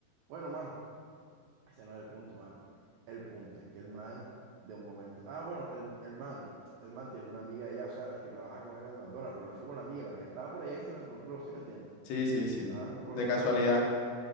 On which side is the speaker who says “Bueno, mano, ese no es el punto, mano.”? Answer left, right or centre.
Right